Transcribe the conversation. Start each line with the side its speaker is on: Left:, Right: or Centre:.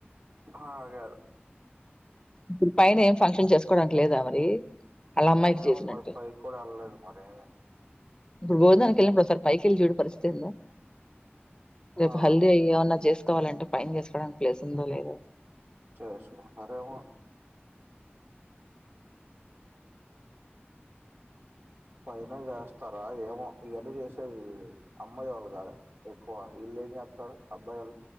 Right: ఆగారు
Left: ఇప్పుడు పైన ఏం ఫంక్షన్ చేసుకోవడానికి లేదా మరి వాళ్ళ అమ్మాయికి
Right: ఏమో
Left: చేసినట్టు
Right: మరి పైకూడా వెళ్ళలేదు మరి
Left: ఇప్పుడు భోజనానికి వెళ్ళినప్పుడు ఒ సారి పైకి వెళ్ళి చూడు పరిస్థితి ఏందో రేపు
Right: ఆ
Left: హల్దీ అయ్యి ఏమన్నా చేసుకోవాలంటే పైన చేసుకోవడానికి ప్లేస్ ఉందో లేదో
Right: చేసుకుంటారేమో పైన చేస్తారా ఏమో ఇవన్ని చేసేది అమ్మాయి వాళ్ళు గాద ఎక్కువ ఇల్లెం చెత్తారు అబ్బాయోలు